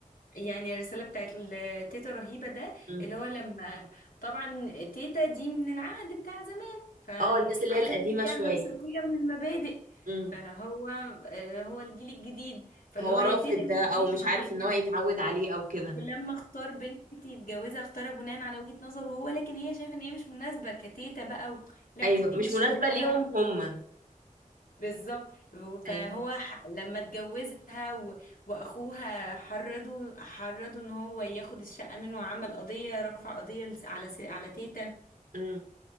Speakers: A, on the left; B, on the right.
A: يعني الرسالة بتاعت ال- تيتا رهيبة ده
B: مم.
A: اللي هو لما طبعا تيتا دي من العهد بتاع زمان فعايزة
B: اه الناس اللي هي القديمة
A: تمشي
B: شوية
A: على نفس القيم والمبادئ
B: مم.
A: فهو آه، هو الجيل الجديد فاللي
B: هو
A: هو يا
B: رافض
A: تيتا ما
B: ده
A: تجيش
B: او مش
A: معايا
B: عارف ان
A: كده
B: هو يتعود عليه او كده
A: ولما اختار بنتي يتجوزها اختارها بناء على وجهة نظره هو لكن هي شايفة ان هي مش مناسبة كتيتا بقى و... لا
B: ايوه
A: دي
B: مش
A: مش
B: مناسبة
A: مش تبعي
B: ليهم هما
A: بالظبط
B: ايوه
A: فهو ح- لما اتجوزها و... واخوها حرضوا حرضوا ان هو ياخد الشقه منه وعمل قضيه رفع قضيه لس- على س... على تيتا
B: مم.